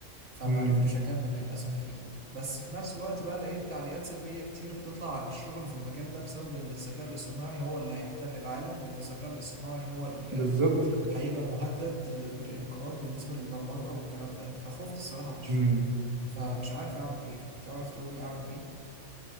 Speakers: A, on the right; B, on the right.
A: فمعرفتش
B: مم.
A: أكمل للأسف فيه بس في نفس الوقت بقى لقيت تعليقات سلبية كتير بتطلع عن الشغل في المجال ده بسبب إن الذكاء الاصطناعي هو اللي هيحتل العالم وإن الذكاء الاصطناعي هو اللي
B: بالظبط
A: هيبقى مهدد بالانقراض بالنسبة للبرمجة والكلام ده فخفت الصراحة من الشغل
B: مم.
A: فمش عارف أعمل إيه تعرف تقولي أعمل إيه؟